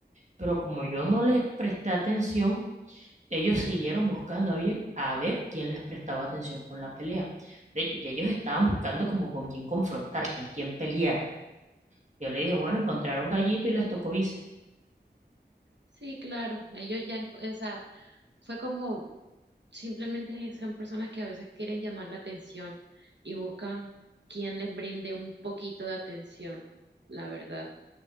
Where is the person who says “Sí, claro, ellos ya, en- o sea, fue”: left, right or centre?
Right